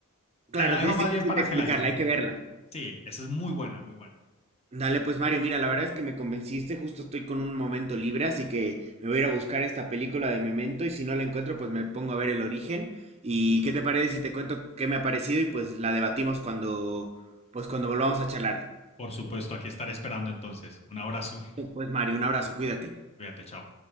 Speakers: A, on the right; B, on the left.
A: Claro,
B: te la
A: es
B: dejo más
A: difícil
B: bien para
A: de explicarla,
B: que la disfrutes.
A: hay que verla.
B: Sí, esa es muy buena, muy buena.
A: Dale, pues Mario, mira, la verdad es que me convenciste, justo estoy con un momento libre, así que me voy a ir a buscar esta película de Memento y si no la encuentro, pues me pongo a ver el origen. ¿Y qué te parece si te cuento qué me ha parecido y pues la debatimos cuando, pues cuando volvamos a charlar?
B: Por supuesto, aquí estaré esperando entonces. Un abrazo.
A: Pues Mario, un abrazo, cuídate.
B: <laughs> Cuídate, chao.